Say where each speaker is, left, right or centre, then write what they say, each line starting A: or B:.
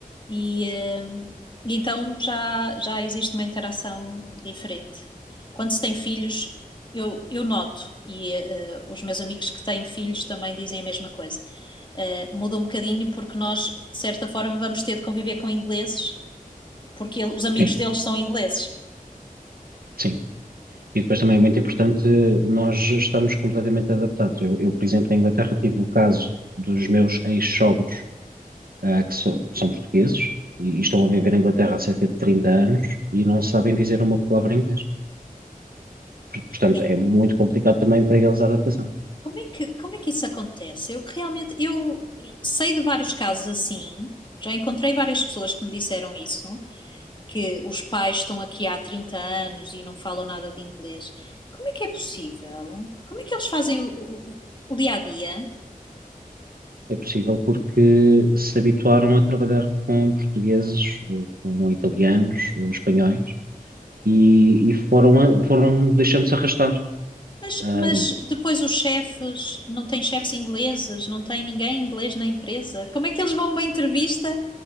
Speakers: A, on the left; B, on the right.
A: e uh, e então já, já existe uma interação diferente. Quando se tem filhos, eu, eu noto, e uh, os meus amigos que têm filhos também dizem a mesma coisa. Uh, muda um bocadinho porque nós, de certa forma, vamos ter de conviver com ingleses porque ele- os amigos
B: sim,
A: deles são ingleses.
B: sim. E depois também é muito importante nós estarmos completamente adaptados. Eu, eu, por exemplo, na Inglaterra tive o caso dos meus ex-sogros, ah, que so- são portugueses e, e estão a viver na Inglaterra há cerca de 30 anos e não sabem dizer uma palavra em inglês. Portanto,
A: Eu,
B: é muito complicado também para eles a adaptação.
A: como é que, como é que isso acontece? Eu realmente, eu sei de vários casos assim, já encontrei várias pessoas que me disseram isso, que os pais estão aqui há 30 anos e não falam nada de inglês. Como é que é possível? Como é que eles fazem o, o- o dia a dia?
B: É possível porque se habituaram a trabalhar com portugueses, ou com italianos, ou espanhóis, e, e foram, a- foram deixando-se arrastar.
A: Mas,
B: Ahm,
A: mas depois os chefes, não tem chefes ingleses, não tem ninguém inglês na empresa. Como é que eles vão a uma entrevista